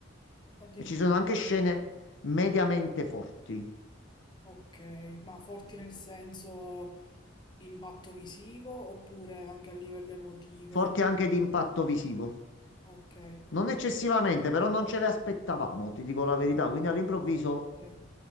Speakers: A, on the left (about 25°); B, on the left (about 75°).
A: Addirittura.
B: E ci sono anche scene mediamente forti,
A: Ok, ma forti nel senso impatto visivo oppure anche a livello emotivo?
B: forti anche di impatto visivo.
A: Ok, ok.
B: Non eccessivamente, però non ce le aspettavamo, ti dico la verità. Quindi all'improvviso
A: ok.